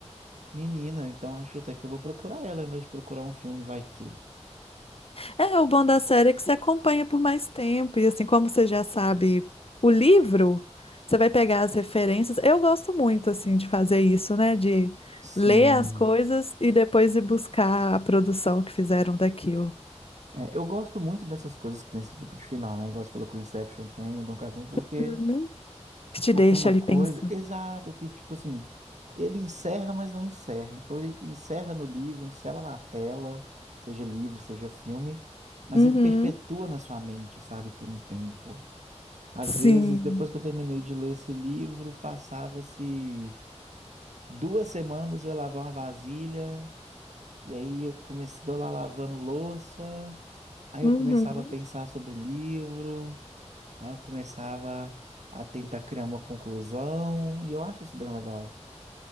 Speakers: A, on the right; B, on the left.
A: Menina, então acho até que eu vou procurar ela ao invés de procurar um filme, vai que.
B: É, o bom da série é que você acompanha por mais tempo, e assim, como você já sabe o livro, você vai pegar as referências. Eu gosto muito, assim, de fazer isso, né? De
A: Sim.
B: ler as coisas e depois ir buscar a produção que fizeram daquilo.
A: É, eu gosto muito dessas coisas que tem esse tipo de final, né? Igual você falou que o Inception tem, o Dom Casmurro, porque
B: Uhum. Que te
A: Porque
B: deixa
A: é uma
B: ali
A: coisa,
B: pensando.
A: exato, que tipo assim, ele encerra, mas não encerra. Então ele encerra no livro, encerra na tela, seja livro, seja filme, mas
B: Uhum.
A: ele perpetua na sua mente, sabe, por um tempo. Às
B: Sim.
A: vezes, depois que eu terminei de ler esse livro, passava-se duas semanas eu ia lavar uma vasilha, e aí eu comecei lá lavando louça, aí
B: Uhum.
A: eu começava a pensar sobre o livro. Aí eu começava a tentar criar uma conclusão, e eu acho isso bem legal.